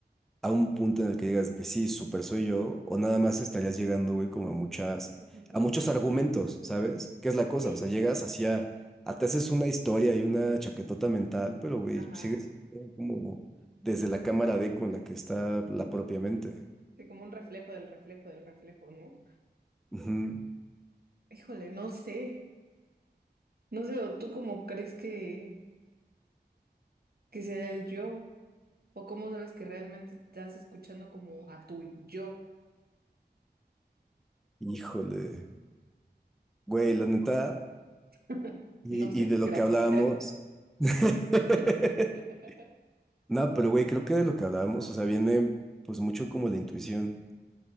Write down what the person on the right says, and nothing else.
<laughs>
Sí,
ajá.
Sí, como un reflejo del reflejo del reflejo, ¿no?
Híjole, no sé. No sé, ¿o tú cómo crees que, que sea el yo? ¿O cómo sabes que realmente estás escuchando como a tu yo?
<laughs>
No sé,
gracias.
<laughs>